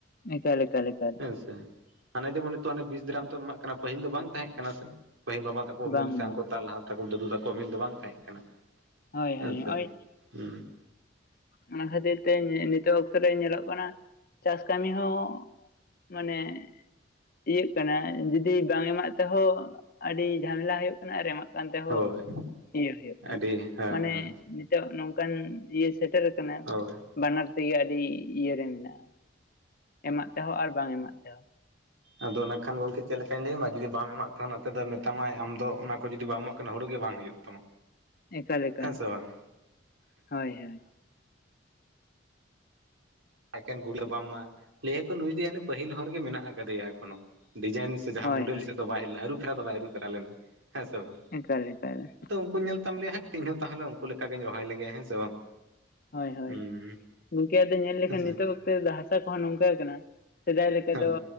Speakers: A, on the left (about 45°); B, on the right (about 80°).
A: ᱮᱠᱟᱞ ᱮᱠᱟᱞ ᱮᱠᱟᱞ ᱾
B: ᱦᱮᱸ ᱥᱮ, ᱦᱟᱱᱮ ᱡᱮᱢᱚᱱ ᱱᱤᱛᱚᱜ ᱦᱟᱱᱮ ᱵᱤᱥ ᱫᱨᱟᱢ ᱛᱮᱵᱚᱱ ᱮᱢᱟᱜ ᱠᱟᱱᱟ ᱯᱟᱹᱦᱤᱞ ᱫᱚ ᱵᱟᱝ ᱛᱟᱦᱮᱸᱜ ᱠᱟᱱᱟ ᱥᱮ! ᱯᱟᱹᱦᱤᱞ ᱵᱟᱵᱟ ᱛᱟ ᱠᱚ ᱩᱢᱮᱞ
A: ᱵᱟᱝ
B: ᱥᱮ ᱦᱟᱝᱠᱳ
A: ᱵᱟᱝ
B: ᱛᱟᱨ ᱞᱟᱦᱟ ᱛᱟᱠᱚ ᱫᱟᱫᱩ ᱛᱟᱠᱚ ᱩᱢᱮᱞ ᱫᱚ ᱵᱟᱝ ᱛᱟᱦᱮᱸᱜ ᱠᱟᱱᱟ
A: ᱦᱳᱭ
B: ᱦᱮᱸᱥᱮ
A: ᱦᱳᱭ ᱱᱚᱜᱼᱚᱭ
B: ᱦᱩᱸ ᱾
A: ᱚᱱᱟ ᱠᱷᱟᱹᱛᱤᱨ ᱛᱮ ᱧᱤ-ᱱᱤᱛᱳᱜ ᱚᱠᱛᱚ ᱨᱮ ᱧᱮᱞᱚᱜ ᱠᱟᱱᱟ ᱪᱟᱥ ᱠᱟᱹᱢᱤ ᱦᱚᱸ ᱢᱟᱱᱮ ᱤᱭᱟᱹᱜ ᱠᱟᱱᱟ ᱡᱩᱫᱤ ᱵᱟᱝ ᱮᱢᱟᱜ ᱛᱮᱦᱚᱸ ᱟᱹᱰᱤ ᱡᱷᱟᱢᱮᱞᱟ ᱦᱩᱭᱩᱜ ᱠᱟᱱᱟ ᱟᱨ ᱮᱢᱟᱜ ᱠᱟᱱ ᱛᱮᱦᱚᱸ
B: ᱦᱳᱭ
A: ᱤᱭᱟᱹ ᱦᱩᱭᱩᱜ ᱠᱟᱱᱟ,
B: ᱟᱹᱰᱤ ᱦᱮᱸ
A: ᱢᱟᱱᱮ
B: ᱦᱮᱸ
A: ᱱᱤᱛᱚᱜ ᱱᱚᱝᱠᱟᱱ ᱤᱭᱟᱹ ᱥᱮᱴᱮᱨ ᱟᱠᱟᱱᱟ
B: ᱦᱳᱭ
A: ᱾ ᱵᱟᱱᱟᱨ ᱛᱮᱜᱮ ᱟᱹᱰᱤ ᱤᱭᱟᱹ ᱨᱮ ᱢᱮᱱᱟᱜᱼᱟ ᱮᱢᱟᱜ ᱛᱮᱦᱚᱸ ᱟᱨ ᱵᱟᱝ ᱮᱢᱟᱜ ᱛᱮᱦᱚᱸ ᱾
B: ᱟᱫᱚ ᱱᱟᱜ ᱠᱷᱟᱱ ᱜᱚᱝᱠᱮ ᱪᱮᱫ ᱞᱮᱠᱟᱧ ᱞᱟᱹᱭᱟᱢᱟ ᱡᱩᱫᱤ ᱵᱟᱢ ᱮᱢᱟᱜ ᱛᱮᱦᱚ ᱱᱟᱛᱮ ᱫᱚᱭ ᱢᱮᱛᱟᱢᱟᱭ ᱟᱢ ᱫᱚ ᱚᱱᱟ ᱠᱚ ᱡᱩᱫᱤ ᱵᱟᱢ ᱮᱢᱟᱜ ᱠᱟᱱᱟ ᱦᱩᱲᱩ ᱜᱮ ᱵᱟᱝ ᱦᱩᱭᱩᱜ ᱛᱟᱢᱟ,
A: ᱮᱠᱟᱞ ᱮᱠᱟᱞ
B: ᱦᱮᱸ ᱥᱮ ᱵᱟᱝ!
A: ᱦᱳᱭ ᱦᱳᱭ
B: ᱮᱠᱮᱱ <inaudible> ᱦᱚᱸ ᱵᱟᱢ ᱮᱢᱟᱜᱼᱟ ᱞᱟᱹᱭᱟᱠᱚ ᱱᱩᱭ ᱫᱚᱭᱟ ᱦᱟᱹᱱᱤ ᱯᱟᱹᱦᱤᱞ ᱦᱚᱨ ᱜᱮ ᱢᱮᱱᱟᱜ ᱟᱠᱟᱫᱮᱭᱟ ᱮᱠᱷᱚᱱᱳ, ᱰᱤᱡᱟᱭᱤᱱ ᱥᱮ ᱡᱟᱦᱟᱸ
A: ᱦᱳᱭ
B: ᱢᱚᱰᱮᱞ
A: ᱦᱳᱭ
B: ᱥᱮᱫ ᱫᱚ ᱵᱟᱭ ᱦᱮᱡ ᱞᱮᱱᱟ ᱟᱹᱨᱩ ᱯᱷᱮᱨᱟ ᱫᱚ ᱵᱟᱭ ᱟᱹᱨᱩᱯᱷᱮᱨᱟ ᱞᱮᱱᱟ ᱦᱮᱸ ᱥᱮ ᱵᱟᱝ!
A: ᱮᱠᱟᱞ ᱮᱠᱟᱞ ᱾
B: ᱩᱱᱠᱚ ᱧᱮᱞ ᱛᱟᱢ ᱞᱮᱭᱟ ᱦᱟᱴ ᱤᱧᱦᱚᱸ ᱛᱟᱦᱚᱞᱮ ᱩᱱᱠᱩ ᱞᱮᱠᱟ ᱜᱤᱧ ᱨᱚᱦᱚᱭ ᱞᱮᱜᱮ ᱦᱮᱸ ᱥᱮ ᱵᱟᱝ!
A: ᱦᱳᱭ ᱦᱳᱭ
B: ᱦᱩᱸ
A: ᱜᱚᱝᱠᱮ ᱟᱫᱚ ᱧᱮᱞ ᱞᱮᱠᱷᱟᱱ
B: ᱦᱮᱸᱥᱮ
A: ᱱᱤᱛᱚᱜ ᱚᱠᱛᱮ ᱫᱚ ᱦᱟᱥᱟ ᱠᱚᱦᱚᱸ ᱱᱚᱝᱠᱟ ᱠᱟᱱᱟ, ᱥᱮᱫᱟᱭ ᱞᱮᱠᱟ
B: ᱦᱮᱸ
A: ᱫᱚ